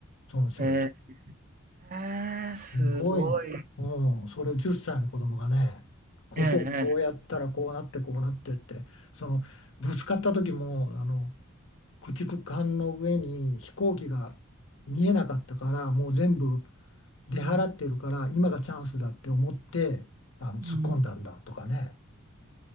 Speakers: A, on the left; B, on the right.
A: その人が
B: え、へえ。ええ、
A: すごい、
B: すごい。
A: うん、それを10歳の子供がね、ここをこうやったらこうなってこうなってって、
B: ええええ。
A: そのぶつかった時もあの駆逐艦の上に飛行機が見えなかったからもう全部出払ってるから今がチャンスだって思ってあの突っ込んだんだとかね、
B: うん、うん。